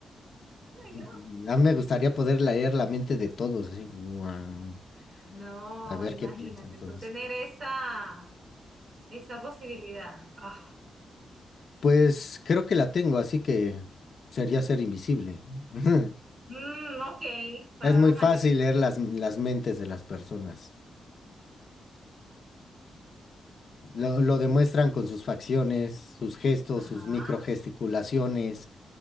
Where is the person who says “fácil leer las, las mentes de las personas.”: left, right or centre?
Left